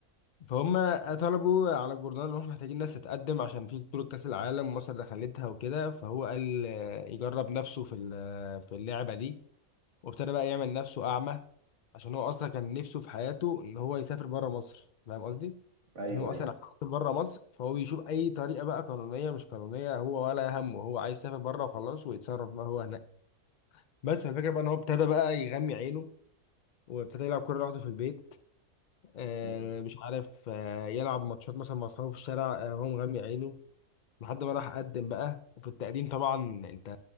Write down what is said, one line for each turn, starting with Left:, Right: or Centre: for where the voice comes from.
Left: فهم طلبوا على الجورنال إن إحنا محتاجين ناس تتقدم عشان في بطولة كأس العالم مصر دخلتها وكده فهو قال آه، يجرب نفسه في ال- في اللعبة دي وابتدى بقى يعمل نفسه أعمى عشان هو أصلا كان نفسه في حياته إن هو يسافر بره مصر فاهم قصدي؟
Right: ايوه
Left: إن هو
Right: ايوه
Left: أصلا عايز يسافر بره مصر فهو بيشوف أي طريقة بقى قانونية مش قانونية هو ولا همه هو عايز يسافر بره وخلاص ويتصرف بقى هو هناك بس الفكرة بقى إن هو ابتدى بقى يغمي عينه وابتدى يلعب كورة لوحده في البيت آه
Right: مم.
Left: مش عارف آه يلعب ماتشات مثلا مع أصحابه في الشارع آه وهو مغمي عينه لحد ما راح قدم بقى وفي التقديم طبعا انت